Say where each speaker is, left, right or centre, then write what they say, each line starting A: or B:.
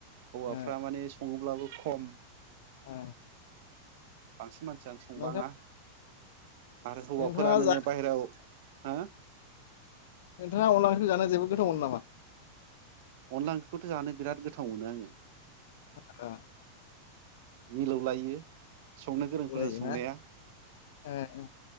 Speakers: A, on the right; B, on the left.
A: हौवाफ्रा
B: ओ
A: माने सङोब्लाबो खम
B: ओ ओ।
A: बांसिन मानसियानो संबाङा
B: नोंथां
A: आरो हौवाफोरा
B: नोंथाङा
A: नोङो
B: जा
A: बायहेरायाव हो
B: नोंथाङा अनला ओंख्रिखो जानो जोबोद गोथाव मोनौ नामा?
A: अनला ओंख्रिखौथ' जानो बिराद गोथाव मोनो आङो
B: ओ
A: मिलौलायो संनो गोरोंफोरनि
B: बुंलायोना
A: संनाया
B: ओ ओ